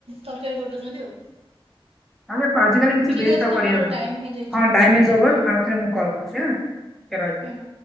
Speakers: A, on the right; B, in the centre.
A: ତରକାରୀ କରିଦଉଚନ୍ତି ଆଉ।
B: ଆମେ ପାଜି କାଲି କିଛି
A: ଠିକ୍
B: ବେଷ୍ଟ
A: ଅଛି
B: ଆଉ
A: ତମର
B: କରିହବ
A: ଟାଇମ୍
B: ନାହିଁ।
A: ହେଇଯାଇଛି
B: ହଁ ଟାଇମ୍ ଇଜ୍ ଓଭୋର୍
A: ହୁଁ
B: ଆଉଥରେ ମୁଁ କଲ୍ କରୁଛି ହେଁ। ଟିକେ ରହିଥାଅ।
A: ହୁଁ